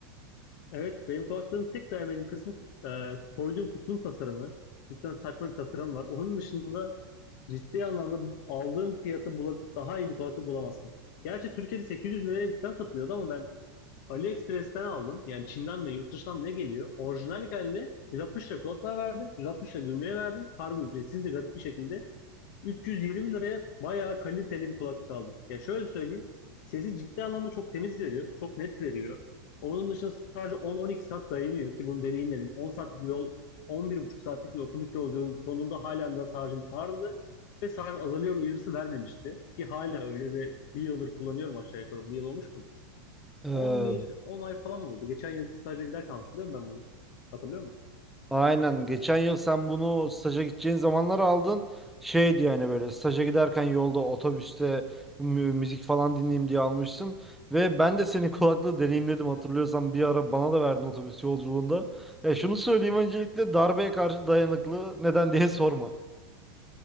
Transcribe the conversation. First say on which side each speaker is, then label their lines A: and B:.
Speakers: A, on the left; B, in the centre.
A: Evet benim kulaklığın tek beğenmediğim kısmı e, koyduğum kutunun tasarımı. Cidden saçma bir tasarım var. Onun dışında ciddi anlamda aldığım fiyatı bula- daha iyi bir kulaklık bulamazsın. Gerçi Türkiye'de 800 liraya falan satılıyordu ama ben AliExpress'ten aldım. Yani Çin'den mi yurt dışından mı ne geliyor? Orijinal geldi. 160 lira kulaklığa verdim. 160 lira gümrüğe verdim. Kargo ücretsiz de garip bir şekilde. 320 liraya bayağı kaliteli bir kulaklık aldım. Ya şöyle söyleyeyim. Sesi ciddi anlamda çok temiz veriyor. Çok net veriyor. Onun dışında sadece 10-12 saat dayanıyor ki bunu deneyimledim. 10 saatlik bir yol, on bir buçuk saatlik bir otobüs yolculuğunun sonunda halen daha şarjım vardı. Ve şarj azalıyor uyarısı vermemişti. Ki hala öyle ve bir yıldır kullanıyorum aşağı yukarı. Bir yıl olmuş mu?
B: E,
A: 11, 10 ay falan oldu. Geçen yıl staja gider kalmıştım değil mi ben bunu? Hatırlıyor musun?
B: aynen geçen yıl sen bunu staja gideceğin zamanlar aldın. Şeydi yani böyle staja giderken yolda otobüste mü- müzik falan dinleyeyim diye almışsın. Ve ben de senin <laughs> kulaklığı deneyimledim hatırlıyorsan bir ara bana da verdin otobüs yolculuğunda. Ya şunu söyleyeyim öncelikle darbeye karşı dayanıklı neden diye sorma.